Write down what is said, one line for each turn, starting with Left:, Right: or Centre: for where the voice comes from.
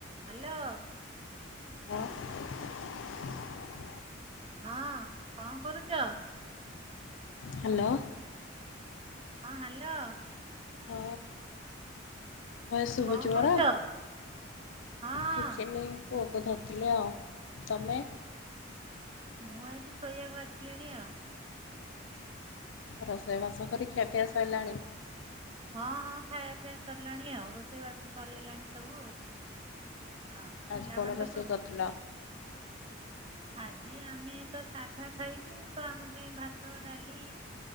Right: Hello.
Left: ହଁ
Right: ହଁ ଙ୍କ କରୁଚ?
Left: ହାଲୋ।
Right: ହଁ ହାଲୋ।
Left: ହଁ। ଭଏସ ଶୁଭୁଚି
Right: କଣ କରୁଛ
Left: ମୋର
Right: ହଁ
Left: କିଛି ନାଇ ଏ ପୁଅ କୁ ଧରଥିଲେ ଆଉ ତମେ
Right: ମୁଁ ଏଇଠି ଶୋଇବାକୁ ଆସିଲିଣି ଆଉ।
Left: ରୋଷେଇବାସ କରି ଖିଆପିଆ ସଇଲାଣି
Right: ହଁ ହଁ ଖାଇବା ପିଇବା ସରିଲାଣି ଆଉ ରୋଷେଇବାସ ସରିଗଲାଣି ସବୁ ଆଉ। ଆଉ ପିଲାମାନେ
Left: ଆଜି କଣ ରୋଷେଇ
Right: ତ ସବୁ-
Left: କରିଥିଲ?
Right: ଆଜି ଆମେ ତ ସାଧା ଖାଇବୁ ତ ଆମ ପାଇଁ ଭାତ ଡାଲି